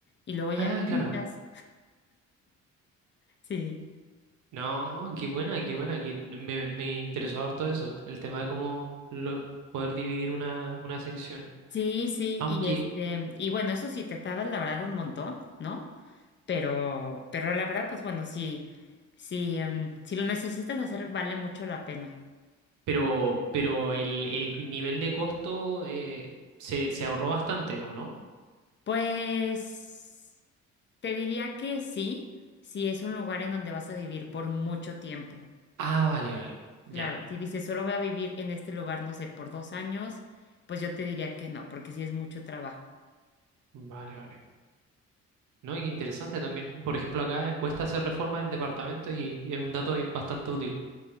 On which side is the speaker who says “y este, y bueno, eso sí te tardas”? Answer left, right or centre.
Left